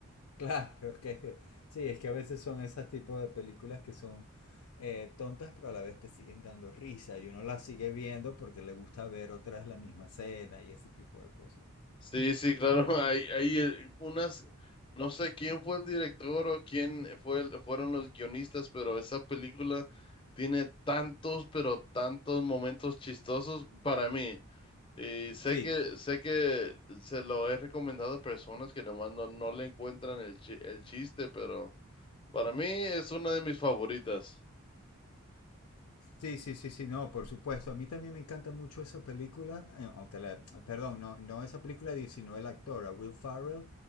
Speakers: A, on the left; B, on the left.
A: claro, es que, es que- sí, es que a veces son esos tipos de películas que son eh, tontas, pero a la vez te siguen dando risa y uno las sigue viendo porque le gusta ver otras la misma escena y ese tipo de cosas.
B: Sí, sí, claro. <laughs> Hay, hay eh, unas, no sé quién fue el director o quién fue, el- fueron los guionistas, pero esa película tiene tantos, pero tantos momentos chistosos para mí. Y sé
A: Sí,
B: que, sé que se lo he recomendado a personas que nomás no, no le encuentran el, chi- el chiste, pero para mí es una de mis favoritas.
A: Sí, sí, sí, sí, no, por supuesto. A mí también me encanta mucho esa película, eh, aunque la, perdón, no, no esa película, sino el actor, a Will Ferrell